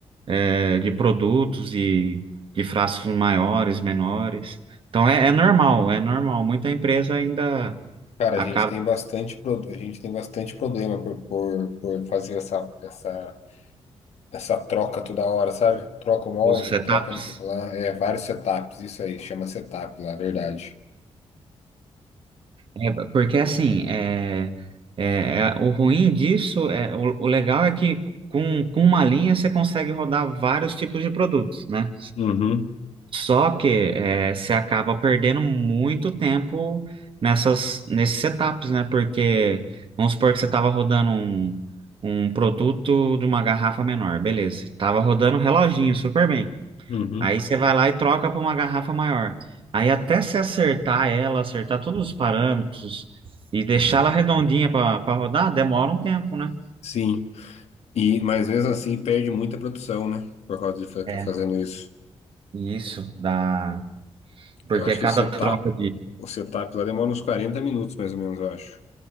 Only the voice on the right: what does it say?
é, de produtos e de frascos maiores, menores. Então é, é normal, é normal. Muita empresa ainda
acaba
com os setups.
É, porque assim, é, é, é- o ruim disso, é, o, o legal é que com, com uma linha você consegue rodar vários tipos de produtos, né?
Só que é, você acaba perdendo muito tempo nessas, nesses setups, né? Porque vamos supor que você estava rodando um, um produto de uma garrafa menor, beleza. Estava rodando um reloginho super bem.
Aí você vai lá e troca para uma garrafa maior. Aí até se acertar ela, acertar todos os parâmetros e deixar ela redondinha para rodar, demora um tempo, né?
É.
Isso, dá. Porque
cada
troca de